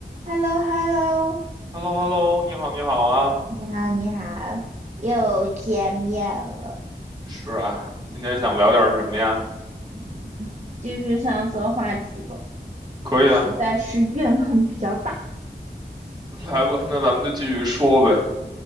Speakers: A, on the right; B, on the right.
A: h e l l o h e l l o
B: h e l l o h e l l o 你好，你好啊，
A: 你好，你好，又见面了。
B: 是啊，今天想聊点什么呀？
A: 嗯，继续上次的话题吧，
B: 可以啊，
A: 实在是怨恨比较大。
B: <laughs> 来吧，那咱们就继续说呗。